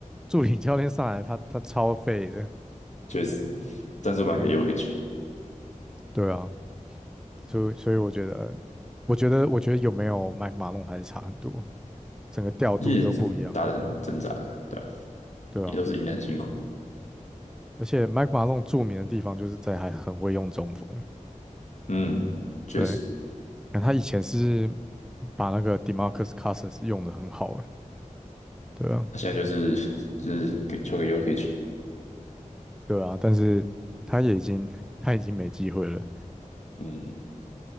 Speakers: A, in the centre; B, on the left.
A: 助理教练上来他他超废的，
B: 确实战术版给 Yokic，
A: 对啊，所以所以我觉得，我觉得我觉得有没有麦马龙还是差很多，整个调度就不一样，
B: 也打得很挣扎啊，对吧、
A: 对啊，
B: 也都是赢得很辛苦。
A: 而且麦 i 马 e 著名的地方就是在还很会用中锋，
B: 嗯，确实，
A: 对，他以前是把那个 Demarcus Cousins 用的很好的，对啊，
B: 他现在就是 <laughs> 就是给球给 Yokic，
A: 对啊，但是他也已经他已经没机会了。
B: 嗯。